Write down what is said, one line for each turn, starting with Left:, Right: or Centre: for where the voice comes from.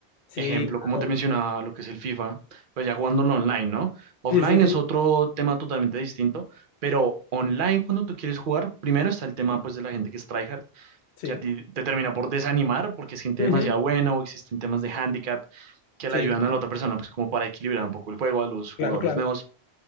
Left: Sí,
Right: Ejemplo,
Left: mano.
Right: como te mencionaba, lo que es el FIFA, pues ya jugándolo online, ¿no? Offline
Left: Sí, sí, sí.
Right: es otro tema totalmente distinto, pero online cuando tú quieres jugar, primero está el tema pues de la gente que es tryhard,
Left: Sí.
Right: que a ti te termina por desanimar porque es gente
Left: Ujú.
Right: demasiado buena o existen temas de handicap que le
Left: Sí,
Right: ayudan a la otra persona, pues como para equilibrar un poco el juego a los jugadores
Left: claro, claro.
Right: nuevos